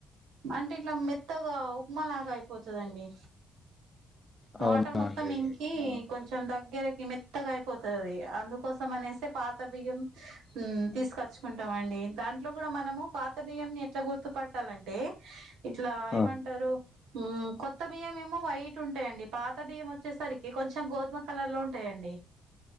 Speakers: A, on the right; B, on the left.
A: అంటే ఇట్లా మెత్తగా ఉప్మాలాగా అయిపోతదండి
B: అవునా
A: వాటర్ మొత్తం
B: అండి
A: ఇంకి
B: ఆ
A: కొంచెం దగ్గరకి మెత్తగా అయిపోతది అది అందుకోసం అనేసి పాత బియ్యం ఉమ్ తీసుకొచ్చుకుంటాం అండి దాంట్లో కూడా మనము పాత బియ్యంని ఎట్లా గుర్తుపట్టాలంటే ఇట్లా
B: ఆ,
A: ఏమంటారు ఉమ్ కొత్త బియ్యం ఏమో వైట్ ఉంటాయండి పాత బియ్యం వచ్చేసరికి కొంచెం గోధుమ కలర్ లో ఉంటాయండి